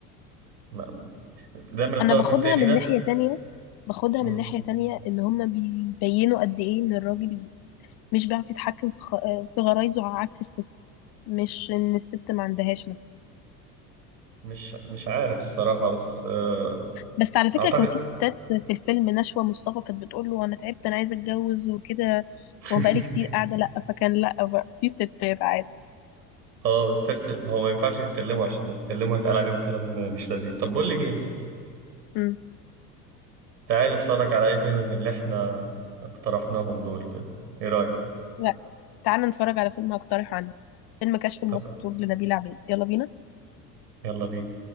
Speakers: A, on the right (about 80°); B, on the left (about 50°).
A: ما- دايما الطرف
B: أنا باخدها
A: التاني
B: من ناحية تانية باخدها
A: ده
B: من ناحية تانية إن هم بيبينوا قد إيه إن الراجل مش بيعرف يتحكم في, خ... في غرايزه على عكس الست مش إن الست ما عندهاش مثلا
A: مش مش عارف الصراحة بس آه،
B: بس على فكرة
A: أعتقد
B: كان في ستات في الفيلم نشوى مصطفى كانت بتقول له انا تعبت انا عايزة اتجوز وكده
A: <laughs>
B: وبقالي كتير قاعدة لا فكان لا بقى في ستات عادي
A: اه بس تحس ما هو ما ينفعش يتكلموا عشان لو اتكلموا هيتقال عليهم كلام مش لذيذ طب بقول لك ايه
B: امم
A: تعالى نتفرج على اي فيلم من اللي احنا اقترحناهم دول كده ايه رأيك
B: لا تعالى نتفرج على فيلم هقترحه انا فيلم كشف المستور
A: طب
B: لنبيلة عبيد يلا بينا
A: يلا بينا